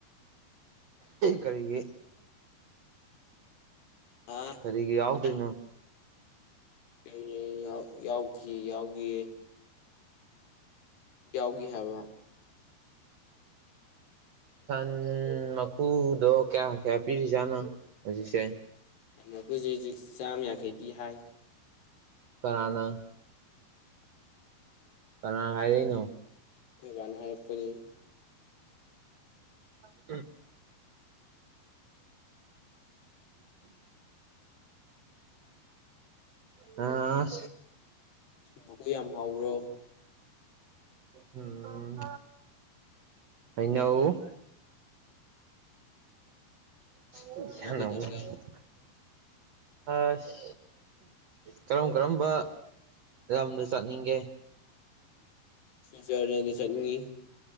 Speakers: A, on the right; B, on the left.
A: ꯀꯔꯤꯒꯤ
B: ꯑ
A: ꯀꯔꯤꯒꯤ ꯌꯥꯎꯗꯣꯏꯅꯣ
B: ꯀꯩꯒꯩ ꯌꯥꯎ ꯌꯥꯎꯈꯤ ꯌꯥꯎꯒꯤꯌꯦ ꯌꯥꯎꯒꯤ ꯍꯥꯏꯕ
A: ꯁꯟ ꯃꯀꯨꯗꯣ ꯀꯌꯥ ꯀꯌꯥ ꯄꯤꯔꯤꯖꯥꯠꯅꯣ ꯍꯨꯖꯤꯛꯁꯦ
B: ꯃꯀꯨꯖꯦ ꯍꯨꯖꯤꯛ ꯆꯥꯝ ꯌꯥꯡꯈꯩ ꯄꯤ ꯍꯥꯏ
A: ꯀꯔꯥꯅ ꯀꯅꯥ ꯍꯥꯏꯔꯩꯅꯣ
B: ꯅꯣꯏ ꯕꯥꯅ ꯍꯥꯏꯔꯛꯄꯅꯤ
A: <unintelligible> ꯑ
B: <unintelligible> ꯌꯥꯝ ꯍꯥꯎꯕ꯭ꯔꯣ
A: ꯎꯝ ꯍꯩꯅꯧ <unintelligible>
B: ꯅꯪ ꯀꯩꯗꯧꯔꯒꯦ
A: ꯑꯁ ꯀꯔꯝ ꯀꯔꯝꯕ ꯂꯝꯗ ꯆꯠꯅꯤꯡꯒꯦ
B: ꯁꯨꯏꯖꯔꯂ‌ꯦꯟꯗ ꯆꯠꯅꯤꯡꯉꯤ